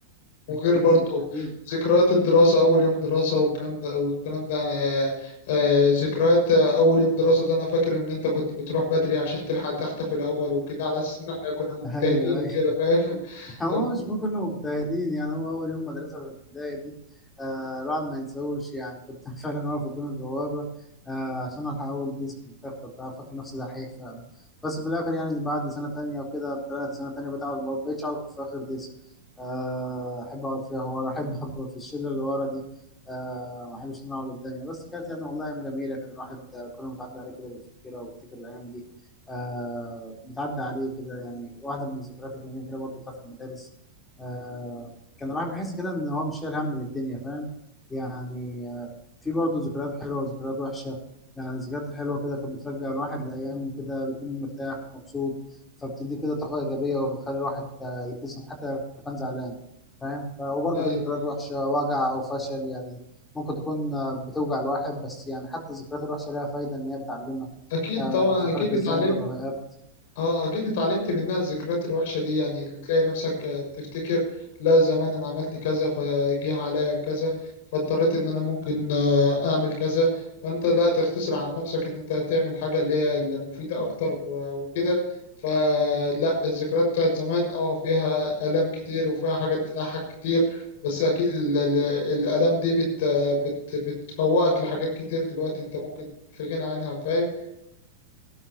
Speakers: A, on the left; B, on the left.
A: وغير
B: اكيد
A: برضو
B: اكيد
A: ذكريات الدراسة أول يوم دراسة والكلام ده والكلام ده يعني آه، آه، ذكريات آه، أول يوم دراسة ده أنا فاكر إن أنت كنت بتروح بدري عشان تلحق تختفي الأول وكده على أساس إن إحنا كنا مجتهدين
B: <laughs> ايوه
A: وكده
B: ايوه
A: فاهم
B: <laughs> هو
A: <laughs>
B: مش ممكن كنا مجتهدين يعني هو أول يوم مدرسة في الابتدائي دي آه الواحد ما ينساهوش يعني كنت <laughs> فعلا واقف قدام البوابة آه عشان ألحق أول ديسك والتخته بتاع فاكر نفسي دحيح فعلا بس في الآخر يعني بعد سنة تانية وكده طلعت سنة تانية بتقعد ما بقتش أقعد في آخر ديسك آه أحب أقعد فيها ورا أحب <laughs> أبقى في الشلة اللي ورا دي آه ما أحبش إن أنا أقعد قدامي بس كانت يعني والله أيام جميلة كان الواحد آه، كل ما بتعدي عليه كده بيفتكرها وبيفتكر الأيام دي آه بتعدي عليه كده يعني واحدة من الذكريات الجميلة برضو بتاعت المدارس آه كان الواحد بيحس كده إن هو مش شايل هم للدنيا فاهم يعني آه في برضو ذكريات حلوة وذكريات وحشة يعني الذكريات الحلوة كده كانت بترجع الواحد لأيام كده بيكون مرتاح مبسوط فبتدي كده طاقة إيجابية وبتخلي الواحد آه، يبتسم حتى لو كان زعلان فاهم ف- وبرضه
A: أيوه
B: في ذكريات وحشة وجع أو فشل يعني ممكن تكون آه، بتوجع الواحد بس يعني حتى الذكريات الوحشة لها فايدة إن هي بتعلمك
A: أكيد
B: آه
A: طبعا
B: بتفكرك
A: أكيد
B: ازاي
A: اتعلمت
B: انت اتغيرت
A: اه اكيد اتعلمت منها الذكريات الوحشه دي يعني اللي تلاقي نفسك بتفتكر لا زمان انا عملت كذا فجه عليا بكذا فاضطريت ان انا ممكن آه، اعمل كذا فانت لا تختصر عن نفسك ان انت تعمل حاجه اللي هي المفيده اكتر آه، وكده فلا الذكريات بتاعت زمان اه فيها الام كتير وفيها حاجات تضحك كتير بس اكيد ال- ال- الالام دي بت بت بتفوقك لحاجات كتير دلوقتي انت ممكن في غنى عنها فاهم